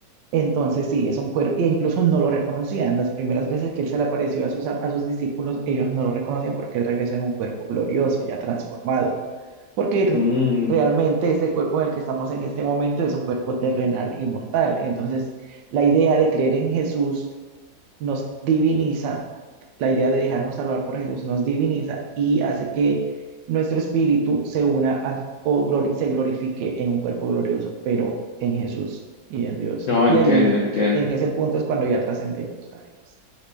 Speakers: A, on the right; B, on the left.
A: entonces sí, es un cuerpo, e incluso no lo reconocían, las primeras veces que él se le apareció a sus, a sus discípulos, ellos no lo reconocían porque él regresó en un cuerpo glorioso, ya transformado, porque
B: Mm,
A: realmente este cuerpo en el que estamos en este momento es un cuerpo terrenal y mortal. Entonces, la idea de creer en Jesús nos diviniza, la idea de dejarnos salvar por Jesús nos diviniza y hace que nuestro espíritu se una a- o glori- se glorifique en un cuerpo glorioso, pero en Jesús y en Dios.
B: No,
A: Y
B: entiendo,
A: allí,
B: entiendo.
A: en ese punto, es cuando ya trascendemos a Dios.